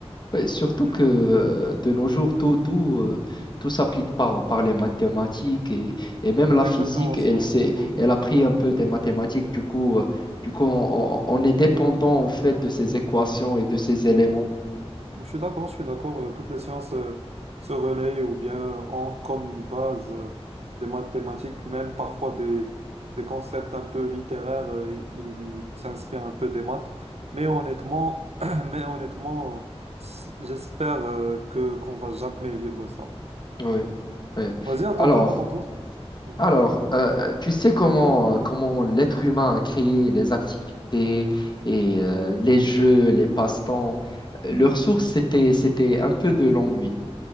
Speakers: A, on the left (about 45°); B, on the right (about 75°).
A: Ouais, surtout
B: Du
A: que
B: coup,
A: euh, de nos jours, tout, tout, euh, tout s'applique par, par les mathématiques et, et même la
B: c'est
A: physique,
B: exactement ça.
A: elle
B: ouais.
A: s'est,
B: Mhm.
A: elle a pris un peu des mathématiques. Du coup, euh, du coup on, on- on est dépendant en fait de ces équations et de ces éléments.
B: Je suis d'accord, je suis d'accord. euh, Toutes les sciences euh, se relaient ou bien ont comme une base euh, des mathématiques, même parfois des, des concepts un peu littéraires, euh, ils s'inspirent un peu des maths. Mais honnêtement, <clears throat> mais honnêtement, s- j'espère euh, que qu'on va jamais vivre ça.
A: Oui, oui.
B: Vas-y, à ton
A: Alors,
B: tour, à ton tour. Mhm.
A: alors euh, tu sais comment, euh, comment l'être humain a créé les activités et euh, les jeux, les passe-temps. Euh, Leur source, c'était, c'était un peu de l'ennui.